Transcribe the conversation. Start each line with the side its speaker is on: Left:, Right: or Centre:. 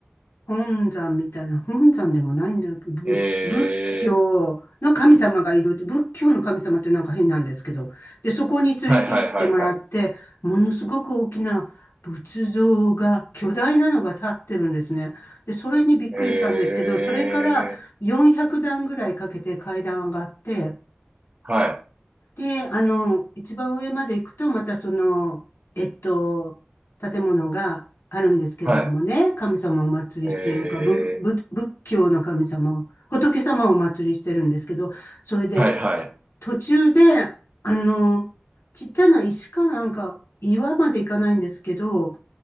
Left: 本山みたいな、本山でもないんだよ。仏、
Right: へえ、
Left: 仏教の神様がいる。仏教の神様ってなんか変なんですけど。で、そこに連れて行ってもらって、
Right: はい、はい、はい、はい。
Left: ものすごく大きな仏像が、巨大なのが立ってるんですね。で、それにびっくりしたんですけど、
Right: へえ、
Left: それから400段ぐらいかけて階段上がって、
Right: はい、
Left: で、あの、一番上まで行くと、またその、えっと、建物があるんですけれどもね、
Right: はい、
Left: 神様をお祭りしてるか、
Right: へ
Left: ぶ、ぶ、
Right: え、
Left: 仏教の神様を、仏様をお祭りしてるんですけど、それで、
Right: はい、はい、
Left: 途中で、あの、ちっちゃな石かなんか、岩まで行かないんですけど、